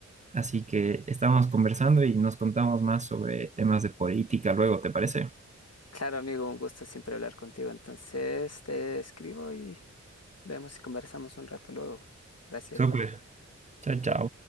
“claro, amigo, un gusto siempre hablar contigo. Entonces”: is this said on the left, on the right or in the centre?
Left